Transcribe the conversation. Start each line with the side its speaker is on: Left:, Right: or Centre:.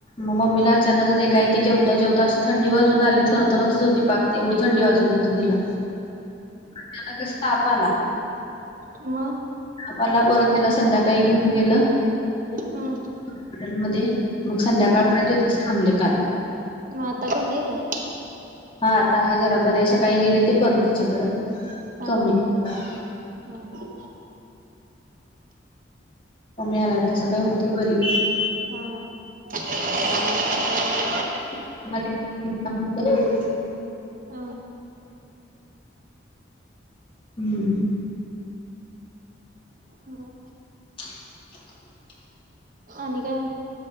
Left: मग मम्मीला अचानकच एका ऐकी जेवता जेवता अशी थंडी वाजून आली थर थरतच होती पाक तेवढी थंडी वाचत होती तिला <unintelligible> कस ताप आला
Right: म
Left: <unintelligible> ला परत तला संध्याकाळी घेऊन गेलं
Right: हम्म.
Left: हॉस्पिटलमध्ये मग संध्याकाळपर्यंत तिथेच थांबले काल.
Right: म आता कमी हे काय.
Left: हा आता आहे जरा बरी सकाळी गेले ते बरं तिच्याकडं
Right: हा
Left: कमी
Right: हा
Left: आहे जरा.
Right: हा.
Left: कमी आलाय तस काही होते बरी.
Right: हा हा. <unintelligible>
Left: <unintelligible>
Right: हा.
Left: हम्म.
Right: हम्म.
Left: <inaudible>
Right: आणि काय?